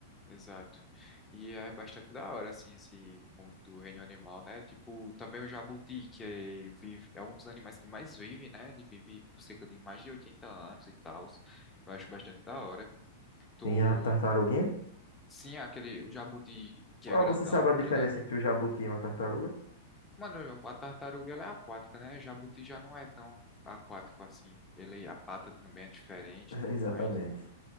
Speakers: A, on the left (about 20°); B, on the left (about 80°).
A: Exato. E é bastante da hora, assim, esse mundo do reino animal, né? Tipo, também o jabuti, que é, vive, é um dos animais que mais vive, né? Ele vive por cerca de mais de 80 anos e tal. Eu acho bastante da hora. Tu,
B: Tem a tartaruguinha.
A: sim, aquele, o jabuti que
B: Qual
A: é grandão,
B: você sabe a diferença
A: tá ligado?
B: entre o jabuti e uma tartaruga? <laughs>
A: Mano, a tartaruga ela é aquática, né? Jabuti já não é tão aquático assim. Ele, a pata também é diferente
B: É,
A: e tudo
B: exatamente.
A: mais.